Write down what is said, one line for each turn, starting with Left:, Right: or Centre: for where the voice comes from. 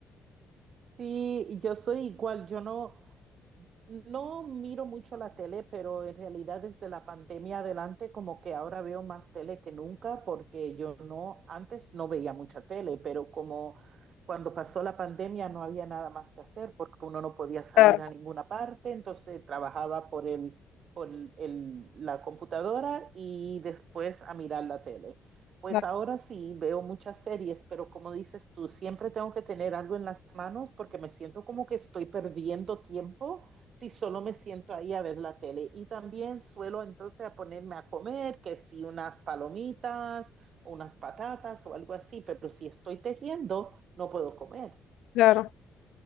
Right: Sí, yo soy igual, yo no, No miro mucho la tele, pero en realidad desde la pandemia adelante como que ahora veo más tele que nunca porque yo no, antes no veía mucha tele, pero como cuando pasó la pandemia no había nada más que hacer porque uno no podía salir
Left: Claro.
Right: a ninguna parte, entonces trabajaba por el, por el, la computadora y después a mirar la tele. Pues
Left: Claro,
Right: ahora sí veo muchas series, pero como dices tú, siempre tengo que tener algo en las manos porque me siento como que estoy perdiendo tiempo si solo me siento ahí a ver la tele. Y también suelo entonces a ponerme a comer, que si unas palomitas, unas patatas o algo así, pero si estoy tejiendo, no puedo comer.
Left: claro.